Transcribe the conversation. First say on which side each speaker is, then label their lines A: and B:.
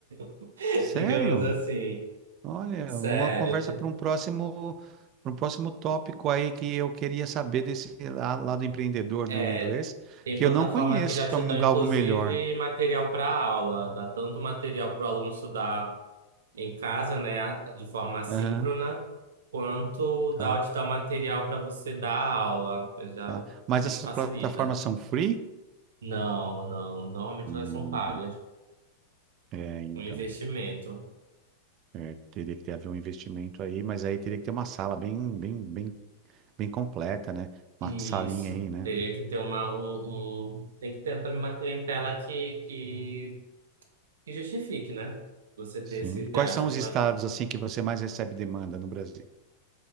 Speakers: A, on the right; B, on the right.
A: <laughs>
B: Sério?
A: digamos assim.
B: Olha,
A: Sério,
B: uma conversa
A: te-
B: para um próximo, para um próximo tópico aí que eu queria saber desse la- lado empreendedor
A: é,
B: do inglês,
A: tem
B: que
A: plataformas
B: eu não conheço
A: que já te
B: um-
A: dão, inclusive,
B: algo melhor.
A: material para aula, dá tanto material para o aluno estudar em casa, né, a- de forma assíncrona,
B: Aham,
A: quanto dá
B: tá,
A: te dar material para você dar aula. Eu Já,
B: tá. Mas
A: isso
B: essas
A: facilita.
B: plataformas são free?
A: Não, não, normalmente
B: Hum,
A: elas são pagas,
B: é, então,
A: um investimento.
B: é, teria que ter, haver um investimento aí, mas aí teria que ter uma sala bem, bem, bem, bem completa, né? Uma
A: Isso,
B: salinha aí, né?
A: teria que ter uma, um, um- tem que ter também uma clientela que, que, que justifique, né? Você
B: Sim.
A: ter esse
B: E quais
A: gasto
B: são os
A: que
B: estados
A: nós
B: assim que você mais recebe demanda no Brasil?